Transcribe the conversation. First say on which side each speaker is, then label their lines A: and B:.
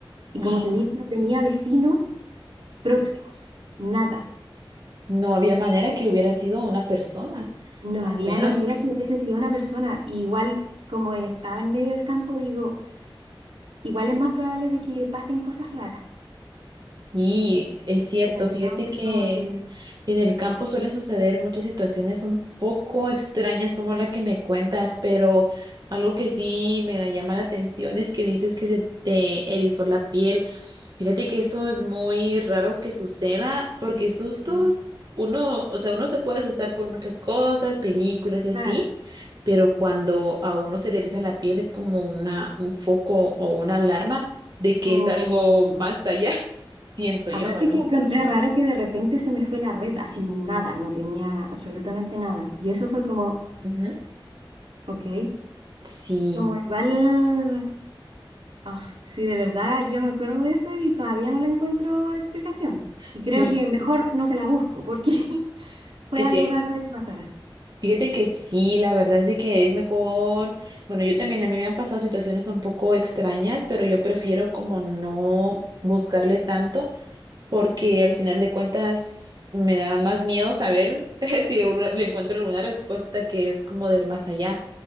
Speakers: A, on the right; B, on the right.
A: Y
B: Wow.
A: como te digo, no tenía vecinos próximos, nada.
B: No había manera que hubiera sido una persona,
A: No
B: a
A: había
B: menos
A: manera que hubiese sido una persona. Y igual como estaba en medio del campo, digo, igual es más probable de que pasen cosas raras.
B: Sí, es cierto.
A: Entonces,
B: Fíjate que
A: como que
B: en el campo suelen suceder muchas situaciones un poco extrañas como la que me cuentas, pero algo que sí me da- llama la atención es que dices que se te erizó la piel. Fíjate que eso es muy raro que suceda porque sustos,
A: sí,
B: uno, o sea, uno se puede asustar por muchas cosas, películas y así
A: claro.
B: pero cuando a uno se le eriza la piel es como una, un foco o una alarma de que
A: Mm,
B: es algo más allá, <laughs> siento
A: aparte
B: yo, ¿verdad?
A: que encontré raro que de repente se me fue la red, así nada, no tenía absolutamente nada. Y eso fue como,
B: Ujú.
A: ok,
B: Sí,
A: como igual, ah, sí, de verdad, yo me acuerdo de eso y todavía no le encuentro explicación. Y
B: sí,
A: creo que mejor no se la busco porque <laughs> fue
B: es
A: algo
B: cierto.
A: raro de que pasara.
B: Fíjate que sí, la verdad es de que es mejor. Bueno, yo también, a mí me han pasado situaciones un poco extrañas, pero yo prefiero como no buscarle tanto, porque al final de cuentas me da más miedo saber <laughs> si le encuentro alguna respuesta que es como del más allá.